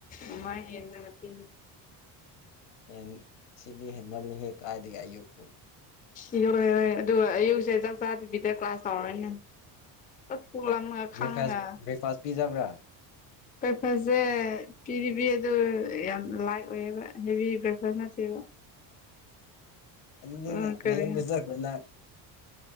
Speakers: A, on the left; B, on the left.
A: ꯃꯃꯥꯏ ꯍꯦꯟꯅ ꯅꯨꯄꯤ
B: ꯍ ꯁꯤꯗꯤ ꯍꯦꯟꯃꯜꯂꯤꯍꯦ ꯀꯥꯏꯗꯒꯤꯒ ꯑꯌꯨꯛꯄꯣ
A: ꯏ ꯏꯦ ꯑꯗꯨꯒ ꯑꯌꯨꯛꯁꯦ ꯆꯥꯛ ꯆꯥꯗꯕꯤꯗ ꯀ꯭ꯂꯥꯁ ꯇꯧꯔꯣꯏꯅꯦ ꯄꯣꯉ
B: ꯕ꯭ꯔꯦꯛꯐꯥꯁ
A: ꯈꯥꯍꯉꯥ
B: ꯕ꯭ꯔꯦꯛꯐꯥꯁ ꯄꯤꯖꯕ꯭ꯔꯥ
A: ꯕ꯭ꯔꯦꯛꯐꯥꯁꯁꯦ ꯄꯤꯔꯤꯕ ꯑꯗꯨ ꯌꯥꯝ ꯂꯥꯏꯠ ꯑꯣꯏꯌꯦꯕ ꯍꯦꯚ ꯕ꯭ꯔꯦꯛꯐꯥꯁꯅꯠꯇꯕ
B: ꯗꯤ
A: ꯎꯝ ꯀꯔꯤ
B: ꯅꯏꯝ ꯁꯅ